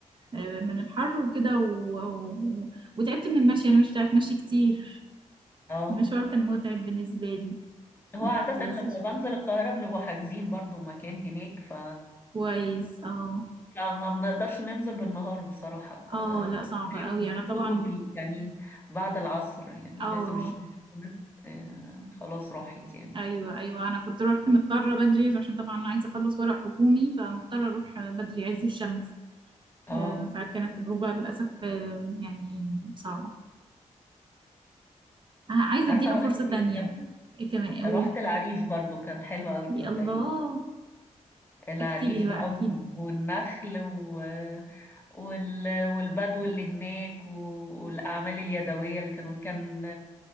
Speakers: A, on the right; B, on the left.
A: آه، من الحر وكده و... و... وتعبت من المشي أنا مش بتاعت مشي كتير
B: اه
A: المشوار كان متعب بالنسبة لي
B: هو
A: أنا
B: عادة
A: رحت بس
B: لما
A: عشان-
B: بنزل القاهرة بنبقى حاجزين برضو مكان هناك ف...
A: كويس اه
B: فما بنقدرش ننزل بالنهار بصراحة ف...
A: اه لا صعبة قوي
B: اليوم
A: انا طبعا
B: كله بال... يعني بعد العصر يعني
A: اه
B: لازم الشمس تكون، آه، خلاص راحت يعني
A: ايوه ايوه انا كنت رحت مضطره بدري عشان طبعا انا عايزه اخلص ورق حكومي فمضطره اروح بدري عز الشمس
B: اه
A: آه، فكانت تجربه للاسف آه، يعني صعبه آه، عايزه
B: عارفة
A: اديها
B: رحت
A: فرصه تانية
B: فين كمان؟
A: إيه كمان
B: رحت
A: قولي
B: العريش برضو كانت حلوة أوي تصدقي
A: يا الله
B: العريش
A: احكي لي بقى
B: بقى
A: احكي لي
B: والنخل و... وال... والبدو اللي هناك و... والأعمال اليدوية اللي كانوا كان